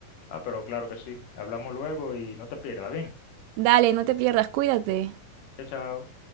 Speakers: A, on the left; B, on the right.
A: Ah, pero claro que sí. Hablamos luego y no te pierdas, ¿bien?
B: Dale, no te pierdas, cuídate.
A: Chao, chao.